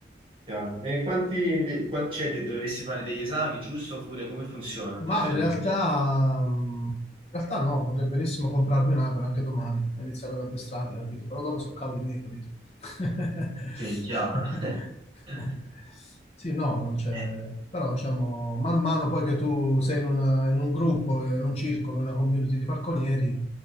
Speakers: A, on the right; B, on the left.
A: Chiaro. E quanti, de- quanti c'è? de- Dovresti fare degli esami, giusto? Oppure come funziona?
B: Ma
A: Te per...
B: in realtà, mm, in realtà no, potrei benissimo comprarmi un'aquila anche domani e iniziare ad addestrarla, capito? Però dopo sono cavoli miei, capito? <laughs>
A: Sì, è chiaro. <laughs>
B: Sì, no, non c'è...
A: Eh,
B: Però diciamo, man mano poi che tu sei in, una- in un gruppo, in un circolo, in una community di falconieri,